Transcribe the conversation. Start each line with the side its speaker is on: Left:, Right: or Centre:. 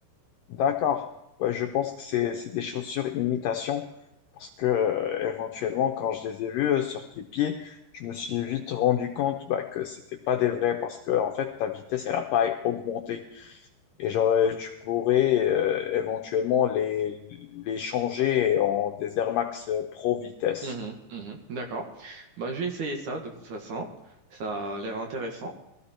Left: D'accord. Ouais, je pense que c'est c'est des chaussures imitation parce que euh, éventuellement quand je les ai vues euh, sur tes pieds, je me suis vite rendu compte bah, que c'était pas des vrais parce que en fait ta vitesse elle a pas augmenté et genre euh, tu pourrais euh, éventuellement les les changer en des Air Max euh, Pro vitesse.
Right: Mhm, mhm. D'accord. Bah, je vais essayer ça de toute façon. Ça a l'air intéressant.